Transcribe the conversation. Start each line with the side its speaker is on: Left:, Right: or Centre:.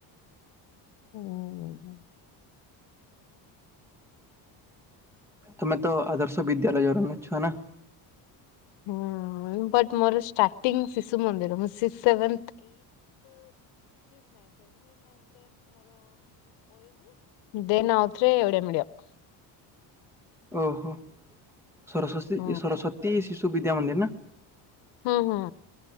Left: ହୁଁ।
Centre: ତମେ ତ ଆଦର୍ଶ ବିଦ୍ୟାଳୟ ଅଛନା।
Left: ହଁ <unintelligible> ମୋରଟି ଶି ମନ୍ଦିର <unintelligible> ମୋରି ଦେ ଆଉଥରେ ଏଆ ମି <unintelligible> <inaudible>
Centre: ଓହୋ ସରସ୍ଵତୀ,
Left: ହୁଁ
Centre: ସରସ୍ଵତୀ ଶିଶୁ ବିଦ୍ୟା ମନ୍ଦିର ନା?
Left: ହୁଁ ହୁଁ